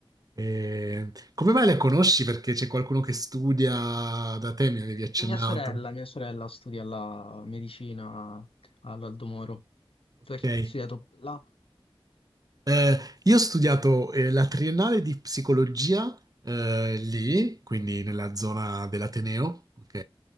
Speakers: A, on the right (about 40°); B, on the left (about 70°).
A: eh, Come mai le conosci? Perché c'è qualcuno che studia da te, mi avevi accennato.
B: Mia sorella, mia sorella studia la medicina all'Aldo Moro.
A: Ok.
B: Tu hai studiato là?
A: Eh, io ho studiato eh, la triennale di psicologia eh, lì, quindi nella zona dell'Ateneo, ok?